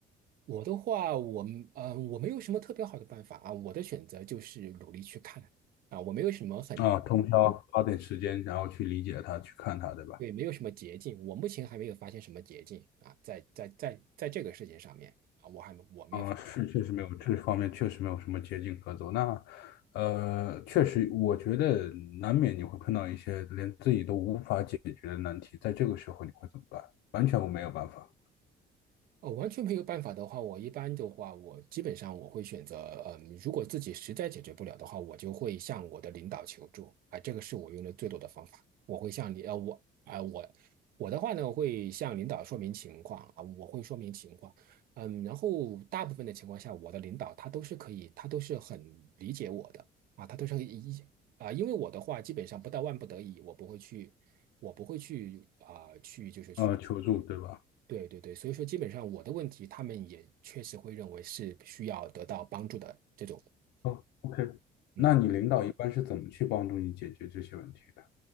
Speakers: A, on the right; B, on the left.
A: 我的话，我们呃我没有什么特别好的办法啊，我的选择就是努力去看啊，我没有什么很
B: 啊，通宵花点时间，然后去理解它，去看它，对吧？
A: 对，没有什么捷径，我目前还没有发现什么捷径啊，在在在在这个事情上面啊，我还没我没有
B: 啊，是确实没有这方面确实没有什么捷径可走。那呃，确实，我觉得难免你会碰到一些连自己都无法解决的难题，在这个时候你会怎么办？完全我没有办法，
A: 哦，完全没有办法的话，我一般的话，我基本上我会选择，嗯，如果自己实在解决不了的话，我就会向我的领导求助啊，这个是我用的最多的方法。我会向你，呃，我啊、我我的话呢，会向领导说明情况啊，我会说明情况，嗯，然后大部分的情况下，我的领导他都是可以，他都是很理解我的啊，他都是一啊，因为我的话基本上不到万不得已，我不会去，我不会去啊、去就是去
B: 呃，求助，对吧？
A: 对对对，所以说基本上我的问题，他们也确实会认为是需要得到帮助的这种，
B: 哦，OK。
A: 嗯。
B: 那你领导一般是怎么去帮助你解决这些问题的？